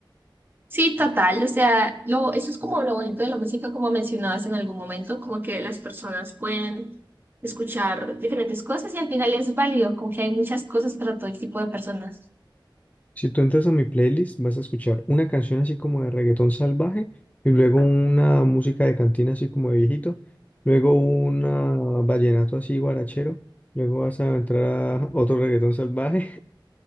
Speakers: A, on the right; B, on the left.
A: Sí, total, o sea, lo, eso es como lo bonito de la música, como mencionabas en algún momento, como que las personas pueden escuchar diferentes cosas y al final es válido, como que hay muchas cosas para todo el tipo de personas.
B: Si tú entras a mi playlist, vas a escuchar una canción así como de reggaetón salvaje y luego una música de cantina así como de viejito, luego una vallenato así guarachero, luego vas a entrar a otro reggaetón salvaje.